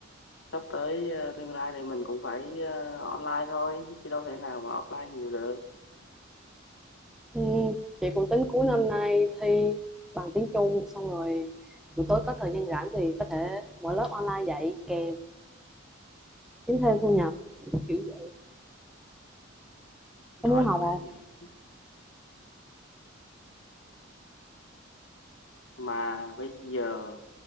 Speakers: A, on the left (about 70°); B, in the centre.
A: sắp tới à, tương lai này mình cũng phải à, online thôi chứ đâu thể nào mà offline nhiều được
B: ừ, chị cũng tính cuối năm nay thi bằng tiếng Trung xong rồi buổi tối có thời gian rảnh thì có thể mở lớp online dạy kèm kiếm thêm thu nhập kiểu vậy
A: giỏi
B: có muốn học
A: quá
B: không
A: dữ. mà bây giờ